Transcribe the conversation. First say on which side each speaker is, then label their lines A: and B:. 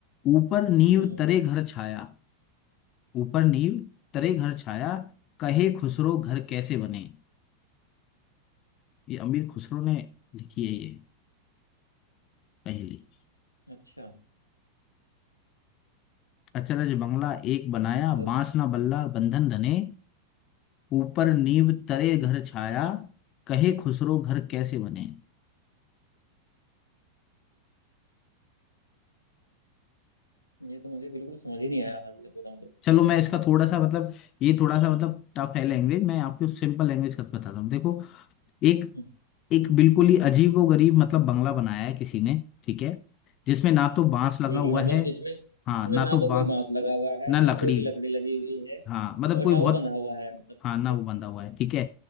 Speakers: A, on the left; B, on the left.
A: ऊपर नींव
B: हम्म
A: तरे घर छाया ऊपर नींव तरे घर छाया कहे खुसरो घर कैसे बने ये अमीर खुसरो ने लिखी है ये पहली
B: अच्छा
A: अचरज बंगला एक बनाया
B: मतलब
A: बांस न बल्ला बंधन घने ऊपर नींव तरे घर छाया कहे खुसरो घर कैसे बने
B: ये तो मुझे बिल्कुल समझ ही नहीं आया हकीकत बताऊं तो
A: चलो मैं इसका थोड़ा सा मतलब ये थोड़ा सा मतलब टफ है लैंग्वेज
B: हम्म,
A: मैं आपको सिंपल लैंग्वेज करके बताता हूँ देखो एक
B: हम्म,
A: एक बिल्कुल ही अजीबोगरीब मतलब बंगला बनाया है किसी ने ठीक है जिसमें ना तो बांस लगा
B: ठीक
A: हुआ
B: है मतलब
A: है
B: जिसमें
A: हाँ
B: जिसमें
A: ना
B: ना
A: तो
B: तो
A: बांस
B: कोई बांस लगा हुआ है
A: ना
B: ना
A: लकड़ी
B: कोई लकड़ी लगी हुई है
A: हाँ मतलब
B: और
A: कोई
B: ना
A: बहुत
B: वो बंधा हुआ है मतलब
A: हाँ
B: किससे
A: ना वो बंधा हुआ है ठीक है